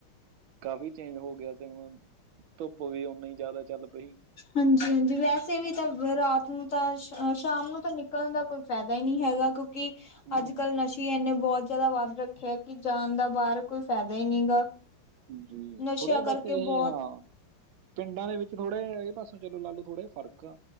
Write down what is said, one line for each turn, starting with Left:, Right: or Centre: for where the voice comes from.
Right: ਕਾਫ਼ੀ ਚੇਂਜ ਹੋ ਗਿਆ ਤੇ ਹੁਣ ਧੁੱਪ ਵੀ ਨੀ ਜ਼ਿਆਦਾ। ਚੱਲ ਪਈ
Left: ਹਾਂਜੀ ਹਾਂਜੀ ਵੈਸੇ ਵੀ ਤਾਂ ਰਾਤ ਨੂੰ। ਤਾਂ ਸ਼ਾਮ ਨੂੰ ਤਾਂ ਨਿਕਲਣ ਦਾ ਕੋਈ ਫਾਇਦਾ ਹੀ ਨਹੀਂ ਹੈਗਾ। ਕੀ
Right: ਹੂੰ
Left: ਅੱਜ ਕੱਲ ਨਸ਼ੇ ਇੰਨੇ ਬਹੁਤ ਜ਼ਿਆਦਾ ਵੱਧ ਰੱਖਿਆ ਕਿ ਜਾਣ ਦਾ ਬਾਹਰ ਕੋਈ ਫਾਇਦਾ ਹੀ ਨਹੀਂ ਗਾ।
Right: ਜੀ
Left: ਨਸ਼ਿਆਂ
Right: ਥੋੜੇ
Left: ਕਰਕੇ
Right: ਬਸ ਇਹ
Left: ਬਹੁਤ
Right: ਹਾਂ ਪਿੰਡਾਂ ਦੇ ਵਿੱਚ ਥੋੜੇ ਜਾ ਇਹ ਬਸ। ਚਲੋ ਲਾ ਲੋ ਥੋੜ੍ਹੇ ਫਰਕ ਆ